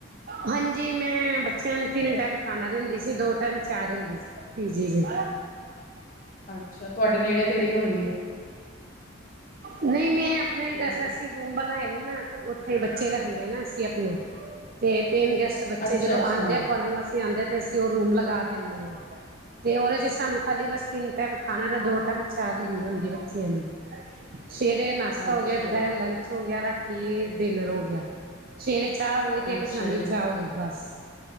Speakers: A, on the right; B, on the left.
A: ਹਾਂਜੀ, ਮੈਂ ਬੱਚਿਆਂ ਨੂੰ ਤਿੰਨ ਟੈਮ ਖਾਨਾ ਦਿੰਦੀ ਸੀ, ਦੋ ਟੈਮ ਚਾਅ ਦਿੰਦੀ ਸੀ। ਪੀਜੀ ਜੀ।
B: ਅੱਛਾ, ਤੁਹਾਡੇ ਨੇੜੇ-ਤੇੜੇ ਈ ਹੋਣੀ ਏ।
A: ਨਈ, ਮੈ ਆਪਨਾ ਈ
B: ਪੀਜੀ
A: ਦਸੇਆ ਸੀ। ਰੂਮ ਬਨਾਏ ਸੀ ਨਾ, 'ਤੇ ਉੱਥੇ ਬੱਚੇ ਰੱਖਨੇ ਆ ਨਾ ਅਸੀਂ ਆਪਨੇ, 'ਤੇ ਤਿੰਨ ਗੈਸਟ ਬੱਚੇ
B: ਅੱਛਾ
A: ਜਦੋਂ
B: ਅੱਛਾ
A: ਆਂਦੇ ਪੜ੍ਹਨ ਵਾਸ ਆਂਦੇ 'ਤੇ ਅਸੀਂ ਉਹ ਰੂਮ ਲਗਾ ਦਿੰਨੇ ਆ, 'ਤੇ ਉਹਦੇ 'ਚ। ਸਾਨੂੰ ਖਾਲੀ ਬਸ ਤਿੰਨ ਟੈਮ ਖਾਨਾ ਤਾਂ ਦੋ ਟੈਮ ਚਾਅ ਦੇਨੀ ਹੁੰਦੀ ਬੱਚਿਆਂ ਨੂੰ। ਸਵੇਰੇ ਨਾਸ਼ਤਾ
B: ਅੱਛਾ
A: ਹੋ ਗਿਆ, ਦੁਪਹਿਰੇ ਲੰਚ ਹੋ ਗਿਆ, ਰਾਤੀ ਡਿਨਰ ਹੋ ਗਿਆ। ਸਵੇਰੇ ਚਾਅ ਹੋ ਗਈ ਤੇ ਇੱਕ
B: ਅੱਛਾ
A: ਤੇ ਸ਼ਾਮੀ
B: ਜੀ
A: ਚਾਅ
B: ਅੱਛਾ
A: ਹੋ ਗਈ, ਬਸ।